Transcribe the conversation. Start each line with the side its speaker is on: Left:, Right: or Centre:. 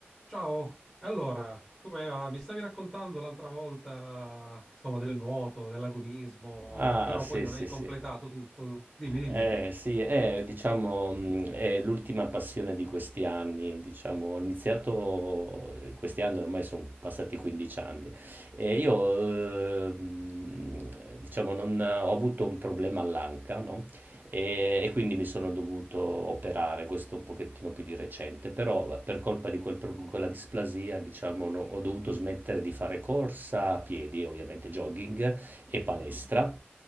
Centre: Ciao, allora, come va? Mi stavi raccontando l'altra volta, insomma, del nuoto, dell'agonismo,
Right: Ah,
Centre: però
Right: sì,
Centre: poi non
Right: sì,
Centre: hai completato
Right: sì.
Centre: tutto. Dimmi, dimmi.
Right: Eh, sì, è, diciamo, mh, è l'ultima passione di questi anni, diciamo, ho iniziato, questi anni ormai sono passati 15 anni e io,
Centre: Ah, beh.
Right: eh, mh, diciamo, non, ho avuto un problema all'anca, no? E, e quindi mi sono dovuto operare, questo un pochettino più di recente, però eh, per colpa di quel pro- quella displasia, diciamo, no, ho dovuto
Centre: Mm.
Right: smettere di fare corsa a piedi, ovviamente jogging, e palestra.
Centre: Mhm.